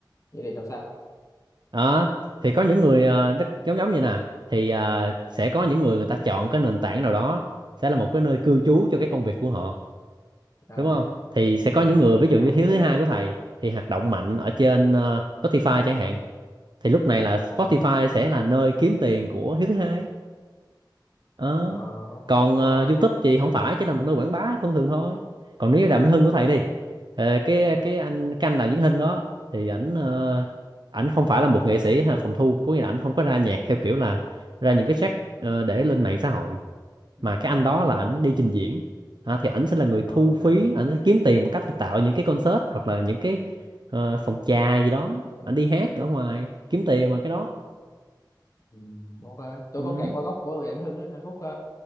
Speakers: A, on the left (about 45°); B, on the right (about 65°).
A: vậy thì làm sao
B: Đó, thì có những người ờ, nó giống giống như nè thì ờ, sẽ có những người người ta chọn cái nền tảng nào đó sẽ là một cái nơi cư trú cho cái công việc của họ
A: à
B: đúng không thì sẽ có những người ví dụ
A: à
B: như thiếu
A: cũng
B: thứ
A: đúng
B: hai của thầy thì hoạt động mạnh ở trên ờ, Spotify chẳng hạn thì lúc này là
A: ừ
B: Spotify sẽ là nơi kiếm tiền của hiếu thứ hai Ờ.
A: Ờ, ok
B: Còn
A: ok
B: ờ,
A: cũng
B: YouTube
A: hay
B: thì
A: cũng
B: không
A: hay
B: phải chỉ là một nơi quảng bá thông thường thôi còn nếu như Đàm Vĩnh Hưng của thầy đi ờ, cái cái anh cái anh Đàm Vĩnh Hưng đó thì ảnh ờ, ảnh không phải là một nghệ sĩ hay phòng thu có nghĩa là ảnh không có ra nhạc theo kiểu là ra những cái track ờ, để lên mạng xã hội
A: ừ
B: mà cái anh đó là ảnh đi trình diễn Hả, thì ảnh sẽ là người
A: ok
B: thu phí ảnh sẽ kiếm tiền bằng cách là tạo những cái concert hoặc là những cái ờ, phòng trà gì đó ảnh đi hát ở ngoài kiếm tiền bằng cái đó
A: ừ, ok tôi
B: ừ.
A: có kẹt qua gốc của Đàm Vĩnh Hưng á anh Phúc ờ,